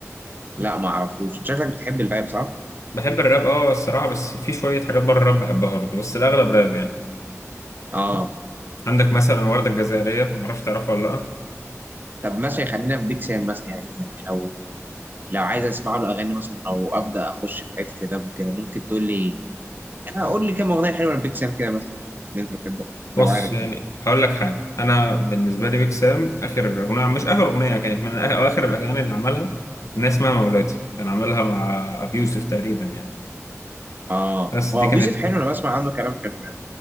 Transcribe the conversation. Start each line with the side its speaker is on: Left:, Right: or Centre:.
Right: لا ما اعرفوش شكلك بتحب الراب صح؟
Left: بحب الراب أه الصراحة بس في شوية حاجات بره الراب بحبها برضه بس الأغلب راب يعني
Right: اه
Left: عندك مثلا وردة الجزائرية معرفش تعرفها ولا لأ
Right: طب مثلا خلينا في بيك سام مثلا يعني يعني لو لو عايز اسمع له اغاني مثلا او ابدا اخش في حته الراب وكده ممكن تقول لي آه، قول لي كام اغنيه حلوه لبيك سام كده مثلا اللي انت بتحبه
Left: بص
Right: لو عارف
Left: يعني
Right: يعني
Left: هقول لك حاجه انا بالنسبه لي بيك سام اخر اغنيه مش اخر اغنيه كانت من آخر- أو اخر الاغاني اللي عملها اغنيه اسمها مولاتي كان عملها مع ابي يوسف تقريبا يعني
Right: اه
Left: بس
Right: هو
Left: دي
Right: ابو
Left: كانت
Right: يوسف حلو انا بسمع عنه كلام حلو يعني